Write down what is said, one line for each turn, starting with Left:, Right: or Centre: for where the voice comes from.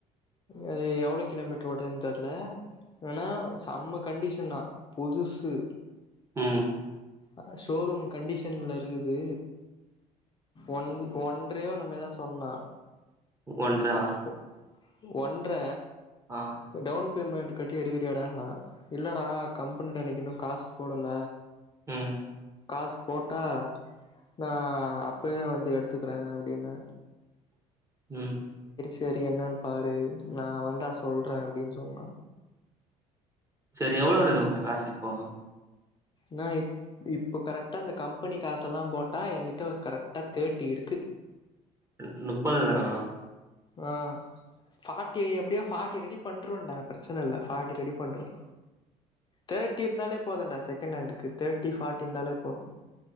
Left: அது எவ்ள கிலோமீட்ரு ஓடுதுன் தெர்ல வேணா செம்ம கண்டிஷனா புதுசு
Right: ம்
Left: அ ஷோரூம் கண்டிஷன்ல இருக்குது ஒன் ஒன்றையோ என்னமேதா சொன்னா
Right: ஒன்றா
Left: உ ஒன்ற
Right: ஆ
Left: டவுன் பேமெண்ட் கட்டி எடுக் கியாடான்னா இல்லடா கம்பென்ல எனக்கு இன்னு காசு போடல
Right: ம்
Left: காசு போட்டா நா அப்பவே வந்து எடுத்துக்குறே அப்டின்னு
Right: ம்
Left: தேரி என்னான் பாரு நா வந்தா சொல்றே அப்டின் சொன்னா
Right: செரி எவ்ளோ இருகுது உங்ட்ட காசு இப்போ
Left: நா இப் இப்ப கரெக்டா இந்த கம்பெனி காசெல்லாம் போட்டா எங்கிட்ட ஒ கரெக்டா தேட்டி இருக்கு
Right: ன் நுப்பது தானா
Left: அ சாட்டி எப்டியோ ஃபாட்டி ரெடி பண்ருவண்டா பிரச்சின இல்ல ஃபாட்டி ரெடி பண்றுவ் தேட்டி இருந்தாலே போதுண்டா செகண் ஹேண்டுக்கு தேட்டி ஃபாட்டிந்தாலே போது